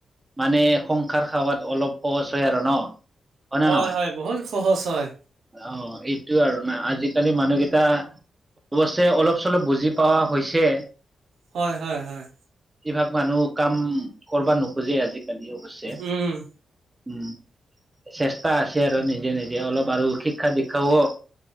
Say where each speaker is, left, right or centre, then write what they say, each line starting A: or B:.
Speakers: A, on the right; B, on the right.
A: মানে সংসাৰ খাৱাত অলপ সহজ হয় আৰু ন হয়নে
B: হয়
A: ন
B: হয় বহুত সহজ হয়
A: অ এইটো আৰু নাই আজিকালি মানুহকেইটা অৱশ্যে অলপ চলপ বুজি পোৱা হৈছে
B: হয় হয় হয়
A: এইভাগ মানুহ কাম কৰা নোখোজে আজিকালি অৱশ্যে
B: উম
A: উম চেষ্টা আছে আৰু নিজে নিজে অলপ আৰু শিক্ষা দীক্ষা ও অ